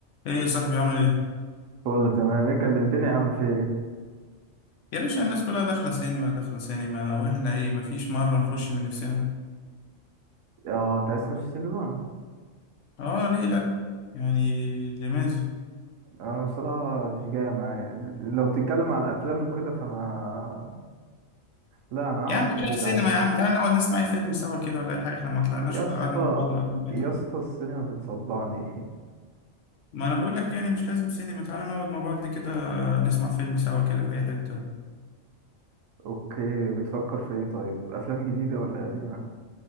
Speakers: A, on the left; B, on the right.
A: ايه يا صاحبي عامل ايه
B: كله تمام ايه كلمتني يا عم في ايه
A: يا باشا الناس كلها داخله سينما داخله سينما واحنا ايه مفيش مره نخش من نفسنا
B: اه انت عايز تخش سينما
A: اه ليه لا يعني لماذا
B: اه بصراحة مش جاية معايا لو بتتكلم على الافلام وكده فانا لا انا اقعد
A: يا عم
B: في
A: بلاش
B: البيت
A: سينما
B: احسن
A: يا عم تعالى نقعد نسمع أي فيلم سوا كده ولا اي حاجه احنا ما طلعناش
B: يا
A: ولا
B: اسطى
A: قعدنا مع بعض ولا
B: يا
A: فترة.
B: اسطى السينما بتصدعني
A: ما انا بقول لك يعني مش لازم سينما تعالى نقعد مع بعض كده نسمع فيلم سوا كده في اي حته
B: <laughs> اوكي بتفكر في ايه طيب افلام جديدة ولا قديمة